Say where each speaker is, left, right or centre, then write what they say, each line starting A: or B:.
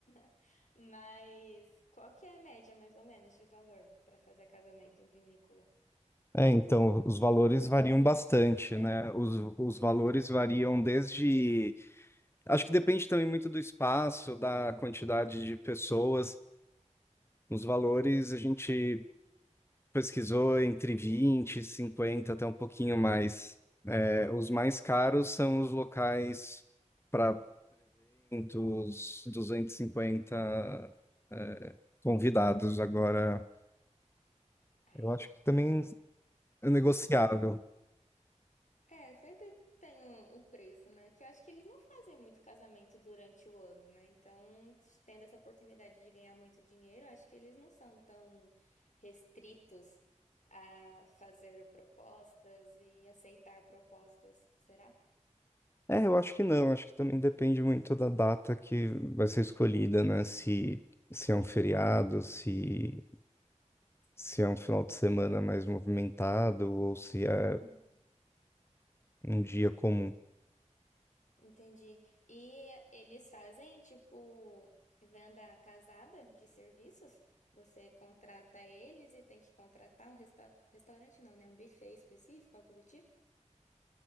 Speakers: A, on the left; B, on the left.
A: <laughs> mas qual que é a média, mais ou menos, de valor para fazer casamento em vinícola?
B: É, então, os valores variam bastante, né? Os, os valores variam desde. Acho que depende também muito do espaço, da quantidade de pessoas. Os valores a gente pesquisou entre 20 50 até um pouquinho mais. É, os mais caros
A: E
B: são os locais para 300, 250 é, convidados. Agora,
A: aí?
B: eu acho que também é negociável.
A: É, sempre tem um, um preço, né? Que eu acho que eles não fazem muito casamento durante o ano, né? Então, tendo essa oportunidade de ganhar muito dinheiro, eu acho que eles não são tão restritos a fazer propostas e aceitar propostas, será?
B: É, eu acho que não. Acho que também depende muito da data que vai ser escolhida, né? Se, se é um feriado, se, se é um final de semana mais movimentado ou se é
A: Hum.
B: um dia comum.
A: Entendi. E eles fazem, tipo, venda casada de serviços? Você contrata eles e tem que contratar um resta- restaurante, não, né? Um buffet específico, algo do tipo?